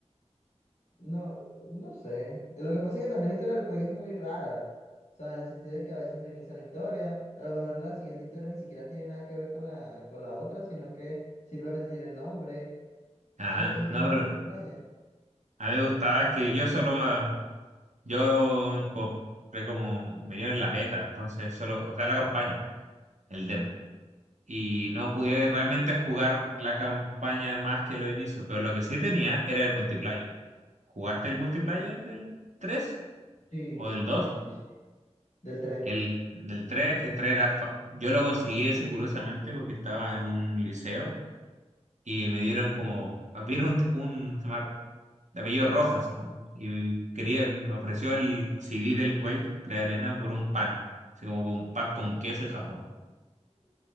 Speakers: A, on the left; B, on the right.
A: No, no sé. Lo que pasa es que también la historia del juego es muy rara. O sea, en el sentido de que a veces reinicia la historia, a lo mejor la siguiente historia ni siquiera tiene nada que ver con la, con la otra, sino que simplemente tiene el nombre.
B: Ah,
A: Es, es,
B: no,
A: es muy
B: pero
A: extraña.
B: a mí me gustaba que yo solo, ah, yo compré como, venía en la beta, entonces solo, o sea, la campaña, el demo. Y no pude
A: Ok.
B: realmente jugar la campaña más que los inicios, pero lo que sí tenía era el multiplayer. ¿Jugaste el multiplayer del 3
A: Sí,
B: o del
A: sí,
B: 2?
A: sí, sí. Del 3.
B: El del tres que 3 era... fa- Yo lo conseguí ese curiosamente porque estaba en un liceo y me dieron como... Vieron un... un se llama- de apellido Rojas, ¿no? me acuerdo, Y quería, me ofreció el CD del Quake, 3 Arena, por un pan. Así como con un pan con queso y jamón.